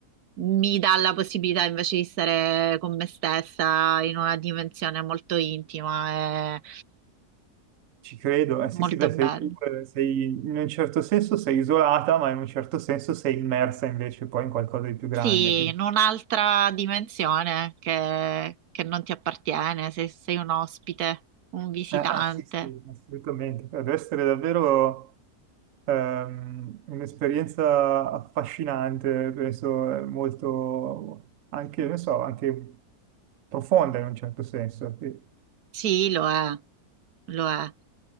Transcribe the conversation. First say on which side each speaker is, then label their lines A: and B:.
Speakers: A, on the right; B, on the right.
A: mi dà la possibilità invece di stare con me stessa in una dimensione molto intima e
B: Ci credo, eh,
A: molto
B: sì, sì, beh,
A: bella.
B: sei, tu, eh, sei- in un certo senso sei isolata, ma in un certo senso sei immersa invece poi in qualcosa di più grande.
A: Sì,
B: quindi-
A: in un'altra dimensione che, che non ti appartiene, se sei un ospite, un visitante.
B: eh, ah, sì, sì, assolutamente. Cioè, Deve essere davvero ehm, un'esperienza affascinante, penso eh, molto anche, non so, anche profonda in un certo senso. sì.
A: Sì, lo è, lo è.